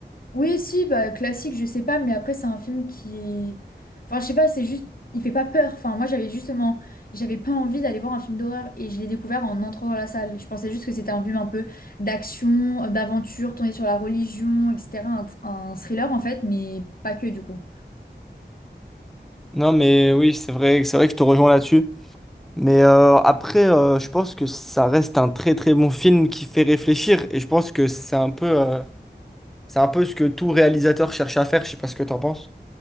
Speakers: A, on the left; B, in the centre.
A: Oui, si, bah, classique, je sais pas, mais après, c'est un film qui. Enfin, je sais pas, c'est juste. Il fait pas peur. Enfin, moi, j'avais justement. J'avais pas envie d'aller voir un film d'horreur et je l'ai découvert en entrant dans la salle. Je pensais juste que c'était un film un peu d'action, d'aventure, tourné sur la religion, etc. Un, un thriller, en fait, mais pas que du coup.
B: Non, mais oui, c'est vrai, c'est vrai que je te rejoins là-dessus. Mais euh, après, euh, je pense que ça reste un très très bon film qui fait réfléchir. Et je pense que c'est un peu, euh, c'est un peu ce que tout réalisateur cherche à faire. Je sais pas ce que t'en penses.